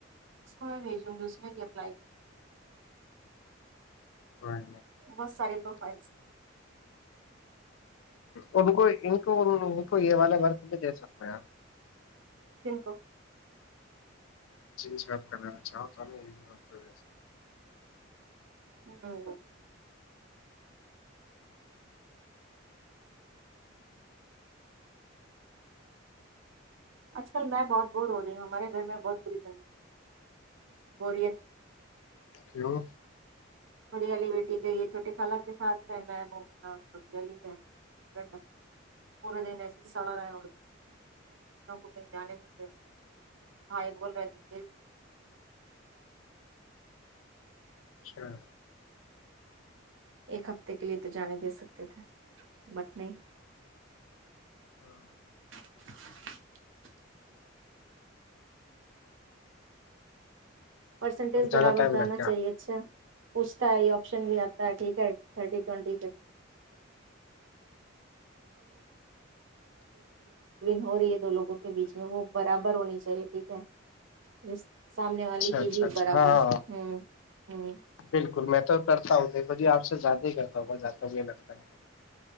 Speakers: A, on the right; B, on the left.
A: اس کو میں بھیجوں گی اس میں بھی اپلائی کر گی
B: ہاں
A: بہت سارے پروفائلس ہیں
B: ان کو ان کو ان کو یہ والے ورک بھی دے سکتے ہیں آپ
A: دن کو
B: جس بات کر چاہ تو ی توس
A: ہوں آج کل میں بہت بور ہو رہی ہوں ہمارے گھر میں بہت بری پ بورت
B: کیوں
A: بڑیالی بیٹی گئی ہے چھوٹیے کال کے ساتھ میں ہے چھٹلی میں پورے دن ایسے ہی سڑا رہاے اڑ کے ان کو کہیں جانے نہیں گ بھائی بول رہے تھ
B: اچھا
A: ایک ہفتے کے لیے تو جانے دے سکتے تھے بٹ نہیں
B: ہاں
A: <unintelligible> پرسنٹیج
B: اب زیادہ
A: برابر
B: ٹائم
A: کا آنا
B: لگ گیا
A: چاہیے اچھا پوچتا ہے آپشن بھی آتا ہے ٹھیک ہےٹورشن ہو رہی ہے لوگوں کے بیچ میں وہ برابر ہونی چاہیے چیے ٹھیک ہے ج سامنے والی کی
B: اچھا اچھا
A: بھی برابر
B: ہاں ہاں ہ
A: ہوں ہوں
B: بالکل میں تو کرتا ہوں دیکھو جی آپ سے زیادہ ہی کرتا ہوں ب زیادہ یہ لگتا ہے